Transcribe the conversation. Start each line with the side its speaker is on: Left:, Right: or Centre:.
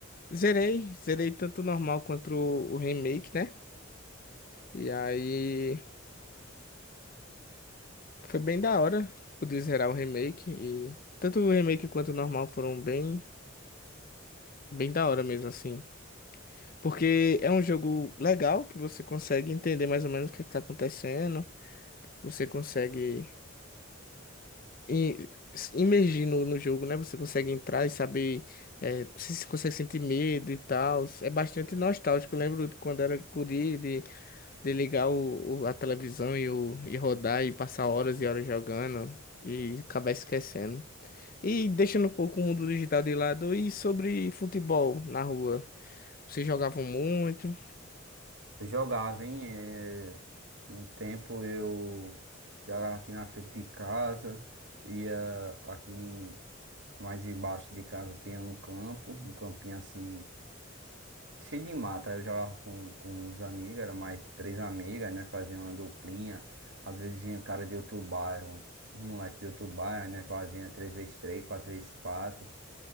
Left: Zerei, zerei tanto o normal quanto o, o remake, né? E aí. Foi bem da hora poder zerar o remake e tanto o remake quanto o normal foram bem, bem da hora mesmo assim. Porque é um jogo legal que você consegue entender mais ou menos o que está acontecendo, você consegue i- se imergir no, no jogo, né? Você consegue entrar e saber eh, se consegue sentir medo e tal. É bastante nostálgico. Eu lembro de quando era guri de, de ligar o, o- a televisão e, o, e rodar e passar horas e horas jogando e acabar esquecendo. E deixando um pouco o mundo digital de lado, e sobre futebol na rua? Vocês jogavam muito?
Right: Eu jogava, hein? É, num tempo eu jogava aqui na frente de casa, ia aqui em- mais embaixo de casa tinha um campo, um campinho assim, cheio de mata. Aí Eu jogava com, com os amigos, era mais três amigas, né? Fazia uma duplinha. Às vezes vinha cara de outro bairro, um moleque de outro bairro, né? Fazia três vezes três, quatro vezes quatro